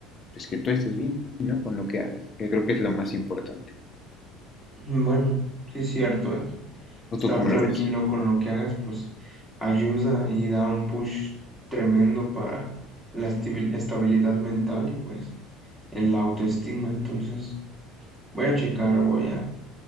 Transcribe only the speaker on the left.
pues, que tú estés bien, ¿no? Con lo que hagas, que creo que es lo más importante.
¿O
tú cómo
lo ves?